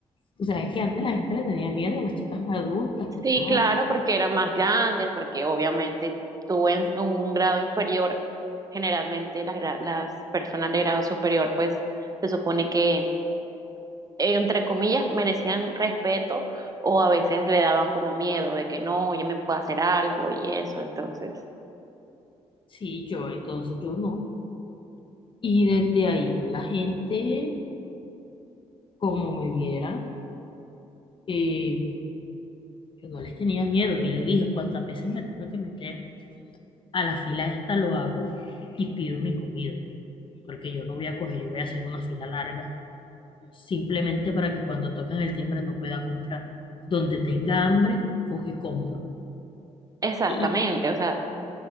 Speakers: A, on the left; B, on the right.
A: Tú sabes que antes la gente le tenía miedo a las chicas más adultas, porque,
B: Sí,
A: ah,
B: claro,
A: pues,
B: porque eran más grandes, porque obviamente tú en un grado inferior, generalmente las, gra- las personas de grado superior, pues se supone que, entre comillas, merecían respeto o a veces le daban como miedo de que no, yo me puedo hacer algo y eso. Entonces,
A: sí, yo, entonces yo no. Y desde ahí la gente, como me viera, eh, yo no les tenía miedo. Y les dije, cuántas veces me tengo que meter a la fila esta lo hago y pido mi comida, porque yo no voy a coger, yo voy a hacer una fila larga, simplemente para que cuando toquen el timbre no pueda comprar. Donde tenga hambre, cojo y compro.
B: exactamente,
A: Y
B: o sea,